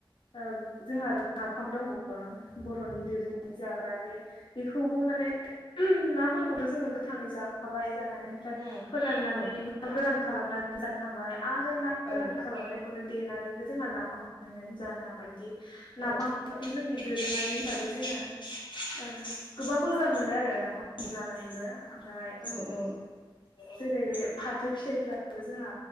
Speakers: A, on the left; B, on the right.
A: ओ जोंहा आर नाफाम दंबावो बर'नि दोरोङारि जाग्रा बे बेखौबो माने नाफोरखौथ' जोङो गोथाङै जाखाबाय जानानै ओमफ्राय
B: उम
A: फोराननानै
B: औ
A: ना गोरान खालामना बो जानो हाबाय आरो ना गोरान
B: औ
A: खालामनायखौनो देनानैबो जोंहा नाफाम बानायनानै जानो हाबाय बिदि नाफामखौथ'
B: औ
A: जोंनि दोरोङारि हिसाबै जोङो ओ गोबां मोज मोनो आरो नाफामखौ जानानैबो आमफ्राय
B: औ औ
A: जेरै बे फाथो फिथाइफोराबो जोंहा